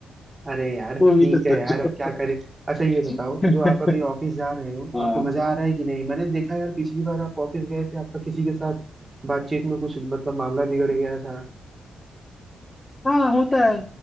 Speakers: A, on the right; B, on the left.
A: अरे यार
B: वो
A: ठीक
B: भी तो सोचो
A: है यार अब क्या करें अच्छा ये बताओ
B: <laughs>
A: जो आप अभी ऑफिस जा रहे हो
B: हाँ
A: आपको मजा आ रहा है कि नहीं मैंने देखा यार पिछली बार आप ऑफिस गए थे आपका किसी के साथ बातचीत में कुछ मतलब मामला बिगड़ गया था
B: हाँ होता है